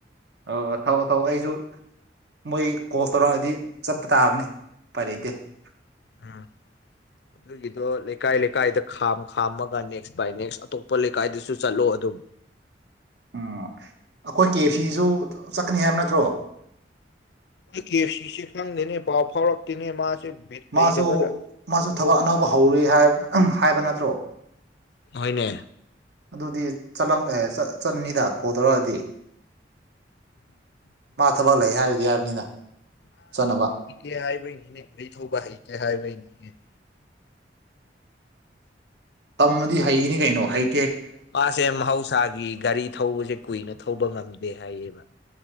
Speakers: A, on the right (about 65°); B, on the left (about 65°).
A: ꯑ ꯊꯧ ꯊꯧ ꯑꯩꯁꯨ ꯃꯣꯏ ꯀꯣꯜ ꯇꯧꯔꯛꯑꯗꯤ ꯆꯠꯄ ꯇꯥꯕꯅꯦ ꯎꯄꯥꯏ ꯂꯩꯇꯦ <inaudible>
B: ꯎꯝ ꯑꯗꯨꯒꯤꯗꯣ ꯂꯩꯀꯥꯏ ꯂꯩꯀꯥꯏꯗ ꯈꯥꯝ ꯈꯥꯝꯃꯒ ꯅꯦꯛꯁ ꯕꯥꯏ ꯅꯦꯛꯁ ꯑꯇꯣꯞꯄ ꯂꯩꯀꯥꯏꯗꯁꯨ ꯆꯠꯂꯣ ꯑꯗꯨꯝ
A: ꯎꯝ ꯑꯩꯈꯣꯏ ꯀꯦ ꯐꯤꯁꯨ ꯆꯠꯀꯅꯤ ꯍꯥꯏꯕ ꯅꯠꯇ꯭ꯔꯣ
B: ꯑꯩꯈꯣꯏ ꯀꯦ ꯁꯤꯁꯦ ꯈꯪꯗꯦꯅꯦ ꯄꯥꯎ ꯐꯥꯎꯔꯛꯇꯦꯅꯦ ꯃꯥꯁꯦ ꯕꯤꯠ
A: ꯃꯥꯁꯨ
B: ꯂꯩꯇꯕꯗ
A: ꯃꯥꯁꯨ ꯊꯕꯛ ꯑꯅꯧꯕ ꯍꯧꯔꯤ ꯍꯥꯏ ꯍꯥꯏꯕ ꯅꯠꯇ꯭ꯔꯣ
B: ꯍꯣꯏꯅꯦ
A: ꯑꯗꯨꯗꯤ ꯆꯠꯂꯝ ꯆꯠꯅꯤꯗ ꯀꯧꯗꯧꯔꯛꯗꯤ ꯃꯥ ꯊꯕꯛ ꯂꯩ ꯍꯥꯏꯔꯤꯗꯤ ꯍꯥꯏꯕꯅꯤꯅ ꯆꯠꯅꯕ
B: ꯦ ꯍꯥꯏꯕꯩꯅꯤꯅꯦ ꯒꯥꯔꯤ ꯊꯧꯕ ꯍꯩꯇꯦ ꯍꯥꯏꯕꯩꯅꯤꯅꯦ <inaudible>
A: ꯇꯝꯃꯗꯤ ꯍꯩꯅꯤ ꯀꯩꯅꯣ ꯍꯩ
B: ꯃꯥꯁꯦ ꯃꯍꯧꯁꯥꯒꯤ ꯒꯥꯔꯤ ꯊꯧꯕꯁꯦ ꯀꯨꯏꯅ ꯊꯧꯕ ꯉꯝꯗꯦ ꯍꯥꯏꯌꯦꯕ